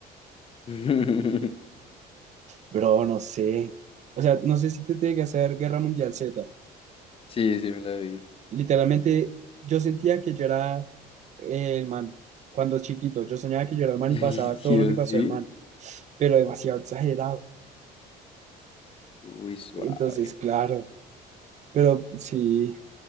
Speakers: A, on the left (about 35°); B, on the right (about 45°).
A: <laughs>
B: Y, Bro, no sé. O sea, no sé si te tiene que hacer Guerra Mundial Z.
A: Sí, sí me la vi.
B: Literalmente, yo sentía que yo era eh, el man cuando chiquito. Yo soñaba que yo
A: <laughs>
B: era el man
A: Ay,
B: y pasaba todo
A: Dios,
B: lo que pasó
A: sí.
B: el man, pero demasiado exagerado.
A: Uy, suave.
B: Entonces, claro, pero sí,